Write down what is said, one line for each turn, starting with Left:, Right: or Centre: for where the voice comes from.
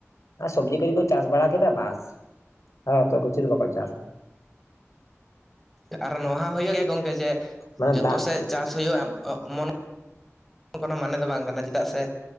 Left: ᱟᱨ ᱥᱚᱵᱽᱡᱤ ᱠᱚ ᱡᱩᱫᱤ ᱠᱚ ᱪᱟᱥ ᱵᱟᱲᱟ ᱠᱮᱫᱟ ᱵᱟᱥ, ᱟᱨ ᱚᱛᱚ ᱠᱤᱪᱷᱩ ᱫᱚ ᱵᱟᱠᱚ ᱪᱟᱥᱟ᱾
Centre: ᱟᱨ ᱱᱚᱣᱟ ᱦᱚᱸ ᱦᱩᱭᱩᱜ ᱜᱮᱭᱟ ᱜᱚᱝᱠᱮ ᱡᱮ,
Left: ᱢᱟᱱᱮ
Centre: ᱡᱚᱛᱚ
Left: ᱫᱟᱜ
Centre: ᱥᱮᱫ ᱪᱟᱥ ᱦᱩᱭᱩᱜᱼᱟ ᱮᱢᱚᱱ <inaudible> ᱠᱚᱱᱚ ᱢᱟᱱᱮ ᱫᱚ ᱵᱟᱝ ᱠᱟᱱᱟ ᱪᱮᱫᱟᱜ ᱥᱮ